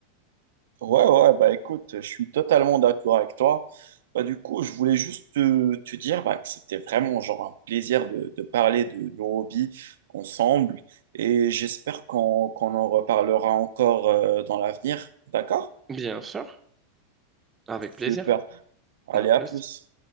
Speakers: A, on the right; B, on the right.
A: Ouais, ouais, bah écoute, je suis totalement d'accord avec toi. Bah, du coup, je voulais juste te, te dire bah, que c'était vraiment genre un plaisir de, de parler de nos hobbies ensemble et j'espère qu'on qu'on en reparlera encore euh, dans l'avenir. D'accord?
B: Bien sûr, avec
A: Super.
B: plaisir.
A: Allez,
B: À plus.
A: à plus.